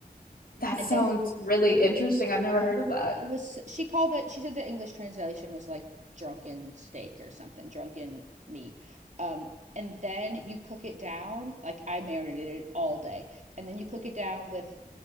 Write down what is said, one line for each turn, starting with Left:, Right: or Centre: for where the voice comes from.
Left: That
Right: and
Left: sounds
Right: then
Left: really interesting. I've never heard of that.
Right: it was she called it she said the english translation was like drunken steak or something drunken meat um and then you cook it down like i marinated it all day and then you cook it down with